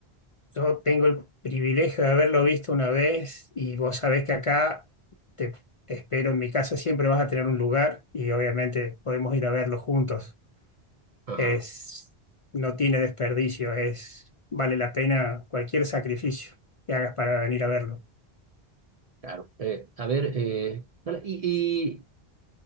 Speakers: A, on the left; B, on the right.
A: Yo tengo el privilegio de haberlo visto una vez y vos sabés que acá te espero en mi casa, siempre vas a tener un lugar y obviamente podemos ir a verlo juntos.
B: Ajá,
A: Es, no tiene desperdicio, es, vale la pena cualquier sacrificio que hagas para venir a verlo.
B: claro. Eh, a ver, eh, vale, y,